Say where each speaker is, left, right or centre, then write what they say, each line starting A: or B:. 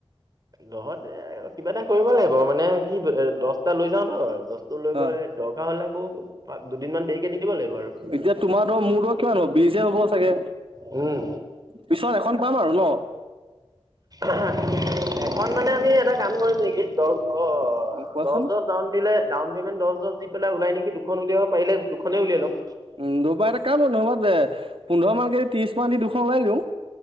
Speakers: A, on the right; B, on the right.
A: দহতে এ কিবা এটা কৰিব লাগিব মানে কি এ দচটা লৈ যাওঁ ন দহ এটো লৈ
B: অ
A: গৈ দৰকাৰ হলে আকৌ দুদিনমান দেৰিকে দি দিব লাগিব আৰু।
B: এতিয়া তোমাৰ ধৰ মূৰত কিমান হ'ব বিজে হ'ব চাগে?
A: উম।
B: পিছত এখন পাম আৰু ন?
A: আহাঁ এখন মানে আমি এটা কাম কৰিম নেকি? দহ অ
B: কোৱাচোন
A: দহ দচ ডাউন দিলে ডাউন পেমেণ্ট দছ দছ দি পেলাই ওলাই নেকি দুখন উলিয়াব পাৰিলে দুখনেই উলিয়াই ল'ম।
B: উম দবাৰ এটা কাম নহোবা এ পোন্ধৰ মান কদি ত্ৰিশ মান দি দুখন ওলাই দিওঁ।